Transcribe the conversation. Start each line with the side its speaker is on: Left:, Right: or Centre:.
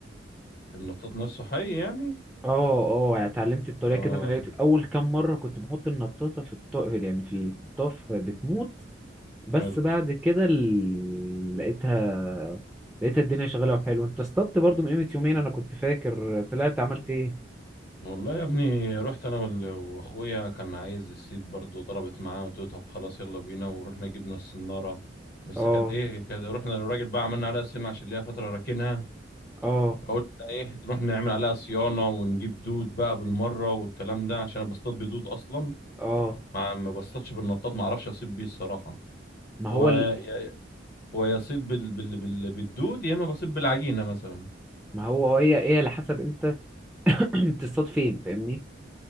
Left: النطاط نفسه حي يعني
Centre: اه اه يعني اتعلمت الطريقة
Left: اه
Centre: كده من لقيت أول كام مرة كنت بحط النطاطة في الط... يعني في الخطاف بتموت بس
Left: حلو
Centre: بعد كده ال- لقيتها لقيتها الدنيا شغالة وحلوة انت اصطدت برضو من قيمة يومين أنا كنت فاكر طلعت عملت ايه
Left: والله يا ابني رحت انا وال- واخويا كان عايز الصيد برضه طلبت معاه قلت له طب خلاص يلا بينا ورحنا جبنا الصناره بس
Centre: اه
Left: كانت ايه كانت رحنا للراجل بقى عملنا عليها صيانه عشان ليها فتره راكنها
Centre: اه
Left: فقلنا ايه نروح نعمل عليها صيانه ونجيب دود بقى بالمره والكلام ده عشان انا بصطاد بدود اصلا
Centre: اه
Left: ما ما بصطادش بالنطاط ما اعرفش اصيد بيه الصراحه
Centre: ما هو
Left: هو
Centre: ال...
Left: يا- هو يصيد بال... بال... بال... بالدود يا اما بصيد بالعجينه مثلا
Centre: ما هو هي ايه على حسب انت <clears throat> بتصطاد فين فاهمني